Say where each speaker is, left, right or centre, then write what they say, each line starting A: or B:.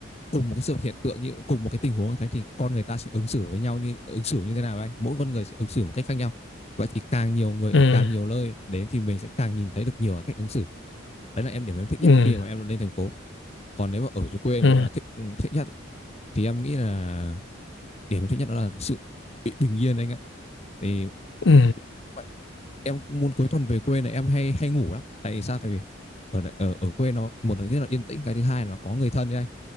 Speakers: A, on the left (about 30°); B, on the left (about 65°).
A: cùng một cái sự hiện tượng như cùng một cái tình huống như thế thì con người ta sẽ ứng xử với nhau như ứng xử như thế nào anh? Mỗi con người sẽ ứng xử một cách khác nhau. Vậy thì càng nhiều người
B: Ừ.
A: ở càng nhiều nơi đến thì mình sẽ càng nhìn thấy được nhiều cái cách ứng xử. Đấy là em điểm em thích nhất
B: Ừ.
A: khi mà em lên thành phố. Còn nếu mà ở dưới quê em
B: Ừ.
A: gọi là thích ừ, thích nhất thì em nghĩ là điểm thứ nhất đó là cái sự bị bình yên anh ạ thì
B: Ừ.
A: vậy, em muốn cuối tuần về quê này em hay hay ngủ lắm tại vì sao tại vì ở đây- ở ở quê nó một là rất là yên tĩnh cái thứ hai là có người thân ấy anh